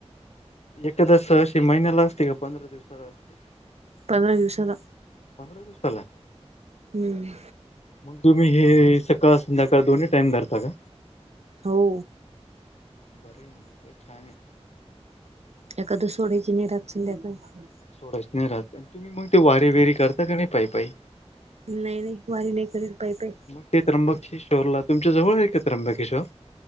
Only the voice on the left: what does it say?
एखादी स -अशी महिन्याला असते, का पंधरा दिवसाला असते.
पंधरा दिसला.
मग ते, तुम्ही हे सकाळ संध्याकाळ, दोन्ही टाईम धरता का.
बरंय मग का छान आहे.
थोडंच नाही राहत. तुम्ही मग ते वारी विरी करता का नाही पाई पाई.
मग ते त्र्यंबकेश्वरला तुमच्या जवळ आहे का त्र्यंबकेश्वर.